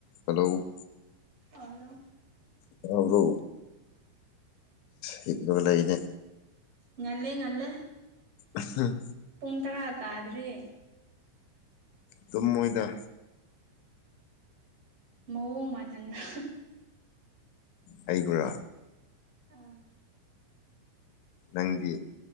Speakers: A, on the left; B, on the right.
A: hello
B: ꯐꯂꯣ
A: ꯇꯥꯕ꯭ꯔꯣ ꯍꯤꯞꯄꯒ ꯂꯩꯅꯦ
B: ꯉꯂꯦ ꯉꯂꯦ
A: ꯑꯁ ꯍ
B: ꯄꯨꯡ ꯇꯔꯥ ꯇꯥꯗ꯭ꯔꯤ
A: ꯇꯨꯝꯃꯣꯏꯗ
B: ꯃꯑꯣꯡ ꯃꯥꯟꯍꯟꯕ
A: ꯑꯩꯒꯨꯔꯥ
B: ꯑꯥ
A: ꯅꯪꯗꯤ